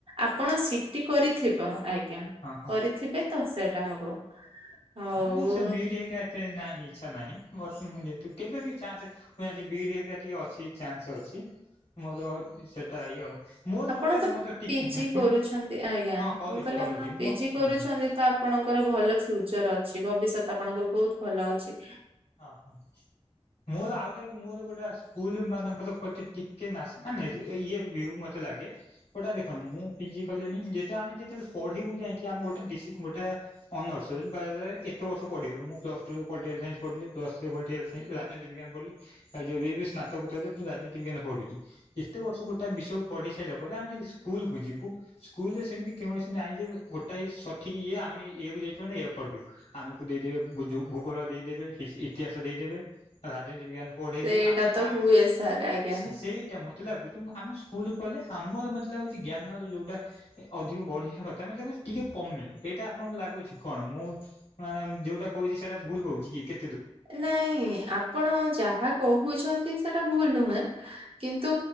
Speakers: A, on the right; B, on the left.
A: ଆପଣ ସିଟି କରିଥିବ ଆଜ୍ଞା।
B: ହଁ ହଁ
A: କରିଥିବେ ତ ସେଟା ହବ। ଆଉ
B: ହଁହେଲେ ସେ ବିଡ ହେଇ ଏତେହିଁ ଇ୍ଛା ନାହିଁ ବତ୍ ଯେହେତୁ କେବେ ବି ଚାନ୍ସ ମୁଁ ଜାଣିଛି ବି ଟିକେ ଅଛି ଚାନ୍ସ ଅଛି ମୋର ସେଟା ଏଇ ଆଉ ମୋ ତ
A: ଆପଣ
B: ଗୋଟା ମୋ ତ ଟିକେ
A: ପିଜି
B: ହଁ
A: କରୁଛନ୍ତି ଆଜ୍ଞା
B: କରିଦଉଛି
A: ମୁଁ କହିଲି
B: କହିଦଉଛି
A: ଆପଣ ପିଜି
B: ମୋ
A: କରୁଛନ୍ତି
B: ହଁ
A: ତ ଆପଣଙ୍କର ଭଲ ଫୁଜର ଅଛି ଭବିଷ୍ୟତ ଆପଣଙ୍କର ବହୁତ ଭଲ ଅଛି।
B: ହଁ ହଁ। ମୋର ଆଉଟା ବି ମୋର ଗୋଟେ ସ୍କୁଲ ମାନଙ୍କର ପ୍ରତି ଟିକେ ନା ମାନେ ଇଏ ଭ ମ କେତେ ଲାଗେ। ଗୋଟା ଦେଖ ମୁଁ ଫିଜିକାଲି ଯେହେ ଆେ ଯେତେବେଳେ ପଢିବକୁୁ ଯାଇକି ଆମେ ଗୋଟେ ଗୋଟେ ଅନର୍। ାରାରେ ଏତ ବର୍ଷଢିଲୁଁ୍ସ୍ ଟୁ ପଲିଟିକଲାଇନ୍ ପ଼ିଲି ପ୍ସ୍ ଥ ପଲିିକାଲ ରାଜନତି ବିଜ୍ଞାନ ପଢିଲି। ଆଉ ଯବେ ବି ସ୍ନାତକତ ରାଜନୀତି ବିଜ୍ଞାନ ପଢୁଛି ଏତେ ବର୍ଷ ଗୋଟ ବିଷୟକୁ ପଢେଇ ସାରିଲ ଆମେ ଯଦି ସ୍କୁଲକୁୁ ଯିବୁ ସ୍କୁଲ ରେ ସେମିତି କୌଣସି ନାହିଁ ଯେ ଗୋଟାଏ ସଠିକ ଇଏ ଆମେ ଇଏକୁ ଯାଇଛୁ ପଢିବୁ ଆମକୁ ଦେଇଦେବେ ଭୂଗୋଳ ଦେଇଦେବେ ଇତିହାସ ଦେଇଦେବେ ରାଜନୀତି ବିଜ୍ଞାନ ପଢେଇବୁ।
A: ସେଇଟା
B: ଆମର ଏଇ
A: ତ
B: ଆର୍ଟସ
A: ହୁଏ ସାର୍ ଆଜ୍ଞା।
B: ସେ ସେଇଟା ମ। ତେ ଲାଗୁଚି ମୁଁ ଆମ ସ୍କୁଲ ଖୋଲିଲେ ଆମର ମତେ ଲାଗୁଚି ସମୟ ଜ୍ଞାନର ଯୋଉଟା ଏ ଅଧିକ ବଢିଆ କଥା। ମତେ ଲାଗୁଚି ଟିକେ କମେ। ଏଇଟା ଆପଣଙ୍କୁ ଲାଗୁଛି। କଣ ମୁଁ ମାନେ ଯୋଉଟା କହୁଚି ସେଟା ଭୁଲ କହୁଚି କି? କେ
A: ନାଇଁ ଆପଣ ଯାହା କହୁଛନ୍ତି ସେଟା ଭୁଲ୍ ନୁହେଁ। କିନ୍ତୁ